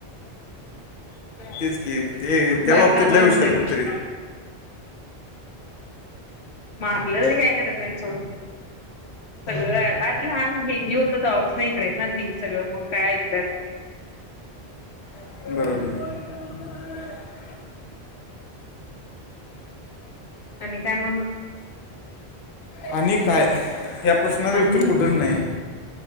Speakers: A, on the left; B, on the left.
A: तेच की. ते त्या
B: बारीक
A: बाबतीत
B: काम
A: लय
B: आहे
A: हुशार
B: आमच्या इथे
A: कुत्री.
B: मारलं तरी काय करत नाही सोड. सगळं अरे लहान बेबी होतं तवा पासून इकडे आहेत ना ती सगळं मग काय ऐकतात. <inaudible>
A: बरोबर.
B: आणि काय मग?
A: आणि काय ह्या प्रश्नाचं
B: आणि
A: उत्तर कुठच नाही.